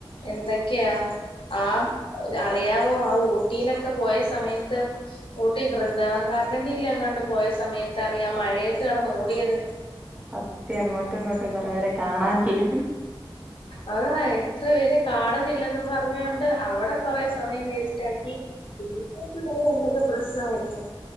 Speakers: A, on the left; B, on the right.
A: എന്തൊക്കെയാ ആ അറിയാവോ ആ ഊട്ടിയിലൊക്കെ പോയ സമയത്ത് ഊട്ടി വൃന്ദാവം ഗാർഡനിലങ്ങാട്ട് പോയ സമയത്ത്റിയാം മഴയത്ത് കട ന്ന് ഓടിയത്
B: സത്യം അങ്ങോട്ടും ഇങ്ങോട്ടും കൊറെേ വേരെ കാണാനില്ലേ നി
A: അതാ എത്ര പേര് കാണുന്നില്ലെന്നും പറഞ്ഞൊണ്ട് അവിടെ കൊറെസമയം വേസ്റ്റ് ആക്കി <inaudible> എന്തൊക്കെ പ്രശ്നമായിരുന്നു